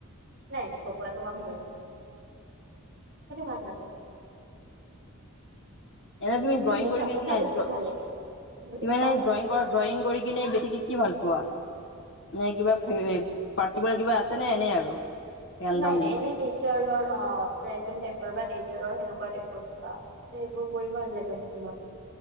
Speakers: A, on the right; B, on the left.
A: নাই নাই ধোকলাটো মই ভাল নাপাও সেইটো মই ভাল নাপাও।
B: এনেই তুমি ড্ৰয়িং
A: মিছা
B: কৰি কিনে
A: মিঠা বস্তু
B: তুমি
A: ভাল লাগে। উম
B: এনে
A: কোৱা?
B: ড্ৰয়িং কৰা, ড্ৰয়িং কৰি কিনে বেছি কে কি ভাল পোৱা। নে কিবা পাৰ্টি কৰা কিবা আছে নে এনেই আৰু ৰেণ্ডমলি
A: নাই নাই এনে নেচাৰৰ অহ ৰেডম টাইপৰ বা নেচাৰৰ সেনেকুৱা টাইপৰ কিবা। ত সেইবোৰ কৰিব ভাল লাগে মানে মোৰ